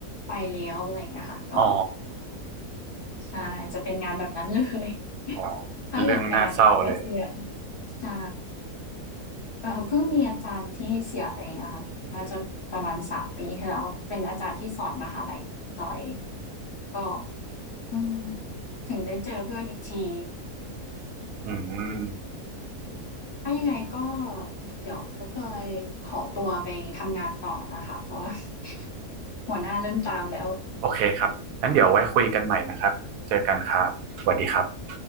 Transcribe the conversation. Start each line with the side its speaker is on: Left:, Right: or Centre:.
Left: ไปแล้วอะไรเงี้ยค่ะก็
Right: อ๋อ
Left: ใช่จะเป็นงานแบบนั้นเลย <laughs>
Right: อ๋อเป็นเรื่องน่าเศร้าเลย
Left: ถ้าเกิดงานเกษียณใช่ เอ่อเพิ่งมีอาจารย์ที่เสียไปอะค่ะน่าจะประมาณ3ปีที่แล้วเป็นอาจารย์ที่สอนมหาลัยจอยก็อืมถึงได้เจอเพื่อนอีกที
Right: อืม
Left: ถ้ายังไงก็เดี๋ยวจอยขอตัวไปทำงานต่อนะคะเพราะว่า <laughs> หัวหน้าเริ่มตามแล้ว
Right: โอเคครับงั้นเดี๋ยวไว้คุยกันใหม่นะครับเจอกันครับสวัสดีครับ